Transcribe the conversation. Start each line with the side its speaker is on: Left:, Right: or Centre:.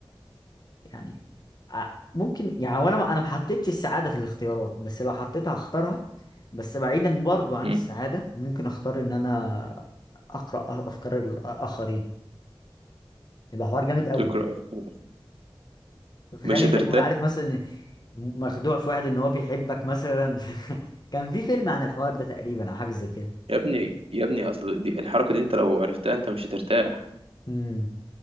Left: يعني ع- ممكن يعني وانا ما انا ما حطيتش السعاده في الاختيارات بس لو حطيتها هختارها بس بعيدا برضو عن
Right: امم
Left: السعاده ممكن اختار ان انا اقرا افكار الاخرين يبقى حوار جامد قوي
Right: تقرأ أفكار.
Left: تخيل
Right: مش
Left: انت
Right: هترتاح
Left: تكون عارف مثلا إن مخدوع في واحد ان هو بيحبك مثلا <laughs> كان في فيلم عن الحوار ده تقريبا او حاجه زي كده
Right: يا ابني يا ابني اصل دي الحركة دي انت لو عرفتها انت مش هترتاح
Left: امم